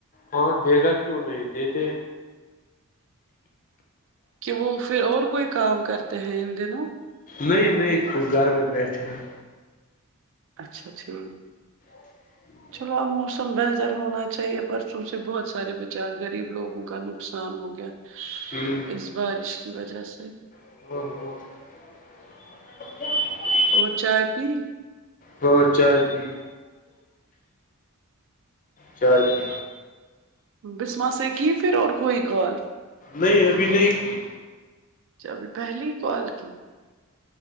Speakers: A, on the left (about 35°); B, on the right (about 60°).
A: ہاں دے گا کیوں نہیں دیتے
B: کہ وہ پھر اور کوئی کام کرتے ہیں ان دنوں
A: نہیں نہیں کوئی گھر میں بیٹھے ہیں
B: اچھا اچھا
A: <unintelligible>
B: چلو اب موسم بہتر ہونا چاہیے پرسوں سے بہت سارے بچار غریب لوگوں کا نقصان ہو گیا <unintelligible>
A: <unintelligible>
B: اس بارش کی وجہ سے
A: <unintelligible> <unintelligible>
B: اور چائے پی
A: ہاں چائے پی چائے پی
B: بسما سےکی پھر اور کوئی کال
A: نہیں ابھی نہیں کی
B: ابھی پہلی ہی کال کی